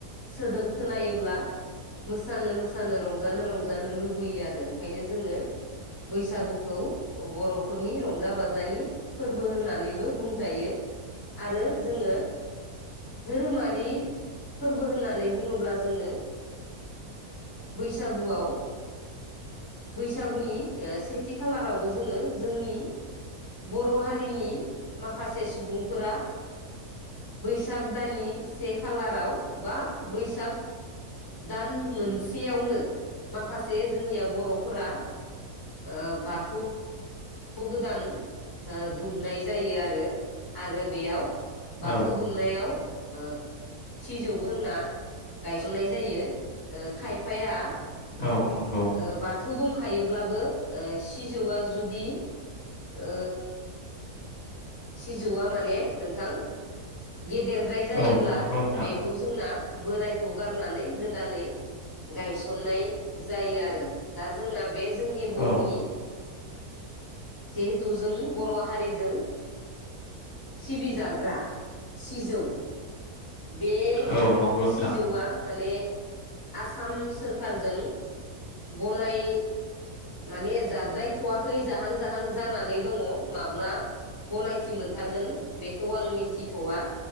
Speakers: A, on the left; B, on the left.
A: सोदोब खोनोब्ला मोसानो मोसानो रंजानो रंजानो लुबैयो आरो ओंखायनो जोङो बैसागुखौ बर'फोरनि रंजा बाजानि फोरबो होननानैबो बुंजायो। आरो जोङो धोरोमारि फोरबो होननानै बुङोब्ला जोङो बैसागुआव बैसागुनि ओ सेथि खालारावबो जोङो जोंनि बर' हारिनि माखासे सुबुं फोरा बैसाग दाननि से खालाराव बा बैसाग दान मोनसेयावनो माखासे जोंनिया बर'फोरा ओ बाथौ गोदान दुमनाय जायो आरो आरो बेयाव
B: औ
A: बाथौ दुमनायाव ओ सिजौ होनना गायसननाय जायो खायफाया
B: औ नंगौ
A: ओ बाथौ दंखायोब्लाबो सिजौआ जुदि ओ सिजौआ माने नोंथां गेदेरद्राय जायोब्ला
B: औ नंगौ नोंथां
A: बेखौ जोंना बोरायखौ गारनानै गोदानै गायसननाय जायो आरो दा जोंना बे जोंनि
B: औ
A: बर'नि जिहेथु जों बर' हारिजों सिबिजाग्रा सिजौ बे
B: औ नंगौ नोंथां
A: सिजौआ माने आसाम सोरखारजों गनाय माने जाद्रायथ'वाखै जाहां जाहां जानानै दङ माब्ला गनायथि मोनथारगोन बेखौ आं मिन्थिथ'वा